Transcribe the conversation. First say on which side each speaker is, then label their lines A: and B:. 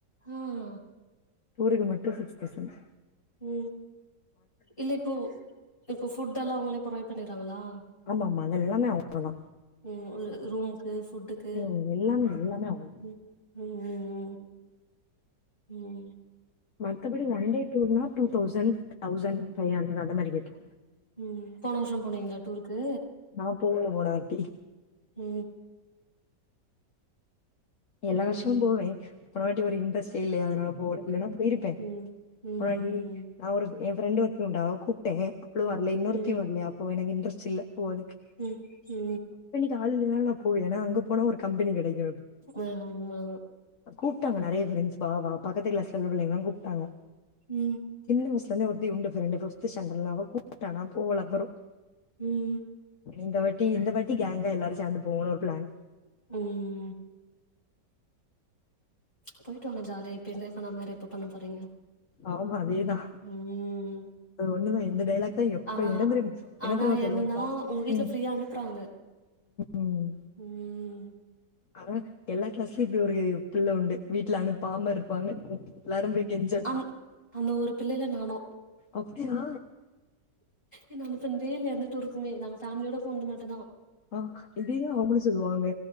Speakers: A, on the left (about 30°); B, on the left (about 50°).
A: ஆ ஆ.
B: ஊருக்கு மட்டு சிக்ஸ் தௌசண்
A: உ இல்ல இப்போ இப்ப ஃபுட்டேல்லா அவங்களே ப்ரொவைட் பண்ணிடுறாங்களா
B: ஆமா ஆமா அது எல்லாமே அவங்கதா
A: உ ஒரு ரூம்க்கு ஃபுட்டுக்கு
B: ம் எல்லாமே எல்லாமே அவங்க
A: உ உ உ உ.... உ
B: மத்தபடி ஒன்டே டூர்னா two thousand thousand five hundred அந்த மாரி ரேட்
A: உ போன வருஷோ போனீங்களா டூருக்கு
B: நான் போகல போன வாட்டி
A: உ
B: எல்லா வருஷமு
A: ம்
B: போவே போனவாட்டி ஒரு இன்்ரெஸ்டே இல்லையா அதனால போவல இல்லனா போயிரு பேன்
A: ம் ம் ம்
B: போனவாட்டி நான் ஒரு என் ஃப்ரெண்ட் ஒருத்தியு உண்டு அவ கூப்ட்டே அவளுவரல இன்னொருத்தியு
A: ம்
B: வரலையா அப்போ எனக்கு இன்டரெஸ்ட் இல்ல போவதுக்கு
A: உ உ
B: காலைலில நா போவே ஏன்னா அங்க போனா ஒரு கம்பெனி கிடைக்கு
A: ஆ ஆமா
B: கூப்பிட்டாங்க நேறைய பிரெண்ட்ஸ் வா வா பக்கத்து கிளாஸ்ல உள்ள புள்ளைங்கல்லா கூப்பிட்டாங்க
A: உ
B: சின்ன வயசல இருந்தே ஒருத்தி உண்டு பிரண்டு பிப்த் ஸாண்டர்டல அவ கூப்டா நா போவல
A: ம்
B: அப்போறோ
A: ம்
B: இந்த வாட்டி இந்த வாட்டி கேங்கா எல்லாரு சேர்ந்து போவோன்னு ஒரு பிளான்
A: ம் போயிட்டு வாங்க ஜாலியா இப்போ என்ஜாய் பண்ணமா எப்ப பண்ண போறீங்க
B: ஆமா அதேதா
A: ம்
B: அது ஒன்னுதா எந்த டைலாக் தா எப்ப
A: ஆனா
B: என்ன தெரியுமா என்ன
A: ஆனா
B: தெரியுமா சொல்லுவோ
A: என்னன்னா
B: லாஸ்ட்
A: உங்க வீட்டுல
B: ம்
A: ஃப்ரீயா அனுப்றாங்க
B: ம்
A: ம்
B: ஆனா எல்லா கிளாஸ்லயு இப்படி ஒரு பிள்ளை உண்டு வீட்டுல அனுப்பாம இருப்பாங்க எல்லாரு போய் கெஞ்ச
A: னு அந்த ஒரு பிள்ளைல நானு
B: அப்புடியா
A: என்ன அனுப்புனதே இல்ல எந்த டுருக்குமே நாங்க பேமிலியோட போனது மட்டுதா
B: ஆ இதேதா அவங்களு சொல்லுவாங்க